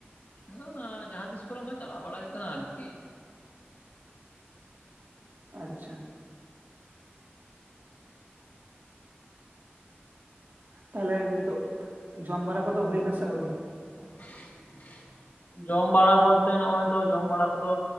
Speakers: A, on the left; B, on the right.
A: ᱟᱫᱚ ᱡᱟᱦᱟᱸ ᱛᱤᱥ ᱠᱚᱨᱮ ᱚᱱᱠᱟ ᱪᱟᱞᱟᱣ ᱵᱟᱲᱟ ᱦᱩᱭᱩᱜ ᱠᱟᱱᱟ, ᱟᱨᱠᱤ᱾
B: ᱟᱪᱪᱷᱟ᱾ ᱛᱟᱦᱚᱞᱮ ᱱᱤᱛᱚᱜ, ᱡᱚᱢ ᱵᱟᱲᱟ ᱠᱚᱫᱚ ᱦᱩᱭ ᱱᱟ, ᱥᱮ ᱟᱹᱣᱨᱤ?
A: <inaudible> ᱡᱚᱢ ᱵᱟᱲᱟ ᱵᱚᱞᱛᱮ ᱱᱚᱜᱼᱚᱭ ᱛᱚ ᱡᱚᱢ ᱵᱟᱲᱟ ᱠᱚᱫᱚ